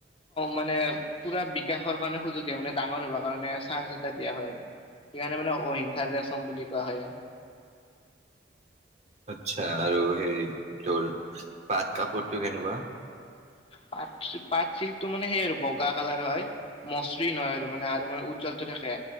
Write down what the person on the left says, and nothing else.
মানে পুৰা বিকাশৰ সুযোগ দিয়ে মানে হব কাৰণে চাঞ্চ এটা দিয়া হয় আৰু সেইকাৰণে মান অহিংসাৰেচম বুলি <unintelligible>
পাট, পাট চিল্কটো মানে সেই আৰু বগা কালাৰ হয়। মসৃণ হয় আৰু মানে আৰু মানে উজ্জ্বল। থাকে